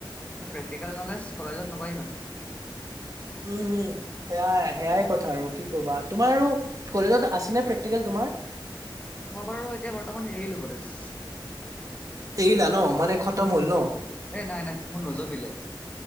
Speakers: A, on the left (about 15°); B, on the right (about 40°).
A: প্ৰেক্টিকেল নলেজ কলেজত নাপায় ইমান।
B: উম। উম উম সেয়াই সেয়াই কথা আৰু কি কবা তোমাৰ আৰু কলেজত আছে নে প্ৰেক্টিকেল তোমাৰ। <unintelligible>
A: মই বাৰু এতিয়া বৰ্তমান এৰিলো কলেজ।
B: এৰিলা ন
A: উম
B: মানে খতম হ'ল ন
A: এ নাই নাই মোৰ নজমিলে।